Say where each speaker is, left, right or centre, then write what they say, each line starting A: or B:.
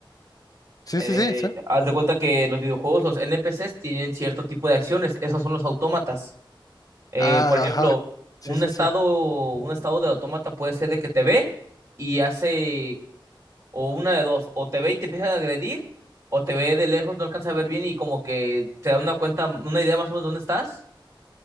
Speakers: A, on the left; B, on the right.
A: Sí,
B: Eh,
A: sí, sí, sí.
B: haz de cuenta que los videojuegos, los NPCs tienen cierto tipo de acciones, esos son los autómatas. Eh,
A: Ah,
B: por ejemplo,
A: ajá. Sí,
B: un
A: sí,
B: estado,
A: sí.
B: un estado del autómata puede ser de que te ve y hace O una de dos, o te ve y te empieza a agredir, o te ve de lejos, no alcanza a ver bien y como que te da una cuenta, una idea más o menos de dónde estás,